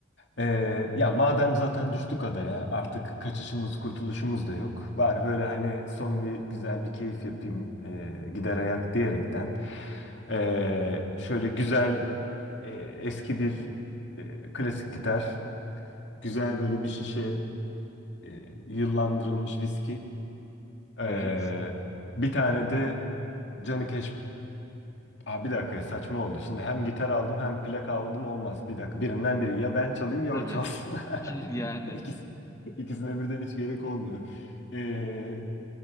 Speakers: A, on the left; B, on the left.
A: E, ya madem zaten düştük adaya, artık kaçışımız, kurtuluşumuz da yok. Bari böyle hani son bir güzel bir keyif yapayım, e, gider ayak diyerekten. e, şöyle güzel e, eski bir e, klasik gitar, güzel böyle bir şişe e, yıllandırılmış viski. Ee,
B: Evet.
A: bir tane de Johnny Cash. Aa, bir dakika saçma oldu. Şimdi hem gitar aldım hem plak aldım olmaz. Bir dakika birinden biri. Ya ben çalayım ya
B: Tabii.
A: o çalsın.
B: <laughs> Yani.
A: <laughs> İkisi, ikisine birden hiç gerek olmadı. Ee,